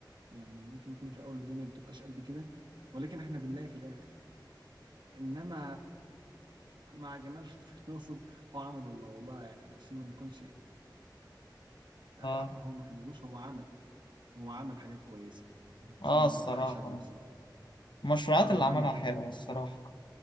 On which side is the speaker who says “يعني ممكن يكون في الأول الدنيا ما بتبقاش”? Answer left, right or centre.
Right